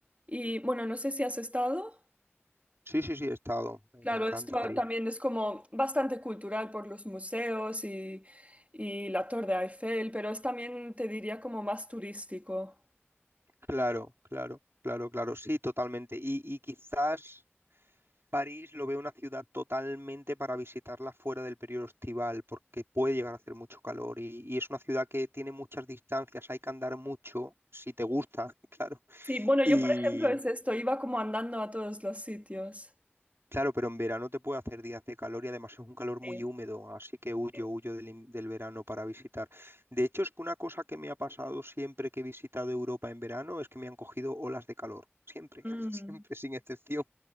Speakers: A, on the right (about 30°); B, on the right (about 65°).
A: y, bueno, no sé si has estado.
B: Sí, sí, sí, he estado. Me
A: Claro,
B: me encanta
A: esto
B: París.
A: también es como bastante cultural por los museos y, y la Torre Eiffel, pero es también, te diría, como más turístico.
B: Claro, claro, claro, claro, sí, totalmente. Y, y quizás París lo veo una ciudad totalmente para visitarla fuera del periodo estival, porque puede llegar a hacer mucho calor y, y es una ciudad que tiene muchas distancias, hay que andar mucho, si te gusta, <laughs> claro.
A: Sí, bueno,
B: Y
A: yo por ejemplo es esto, iba como andando a todos los sitios.
B: claro, pero en verano te puede hacer días de calor y además es un calor
A: Sí.
B: muy húmedo, así que huyo,
A: Sí.
B: huyo del, in- del verano para visitar. De hecho, es que una cosa que me ha pasado siempre que he visitado Europa en verano es que me han cogido olas de calor, siempre,
A: Mm.
B: <laughs> siempre, sin excepción.